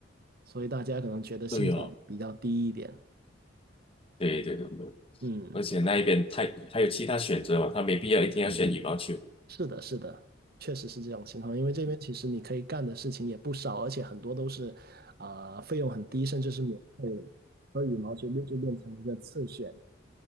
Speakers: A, on the right; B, on the left.
A: 所以大家可能觉得性价比比较低一点。
B: <laughs> 对哦，对对对对，
A: 嗯，
B: 而且那一边太还有其他选择嘛，他没必要一定要选羽毛球。
A: 是的，是的，确实是这种情况，因为这边其实你可以干的事情也不少，而且很多都是啊、费用很低，甚至是免费的，所以羽毛球就就变成了一个次选。